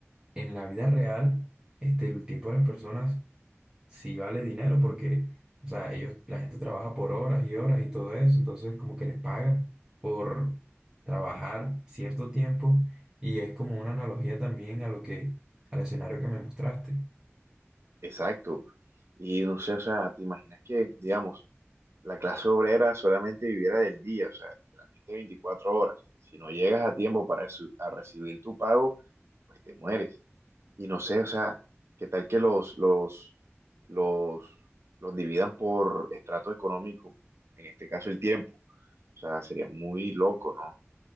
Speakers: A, on the right (about 15°); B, on the right (about 65°).
A: en la vida real, este, el tiempo de las personas sí vale dinero porque, o sea, ellos, la gente trabaja por horas y horas y todo eso, entonces como que les pagan por trabajar cierto tiempo y es como una analogía también a lo que, al escenario que me mostraste.
B: Exacto. Y no sé, o sea, ¿te imaginas que, digamos, la clase obrera solamente viviera del día, o sea, literalmente 24 horas? Si no llegas a tiempo para su- a recibir tu pago, pues te mueres. Y no sé, o sea, ¿qué tal que los, los, los, los dividan por estrato económico? En este caso, el tiempo. O sea, sería muy loco, ¿no?